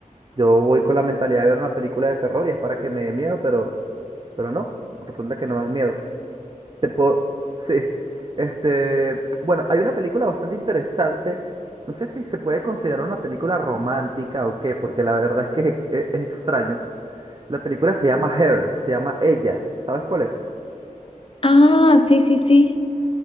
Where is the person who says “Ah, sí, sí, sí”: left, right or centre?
Left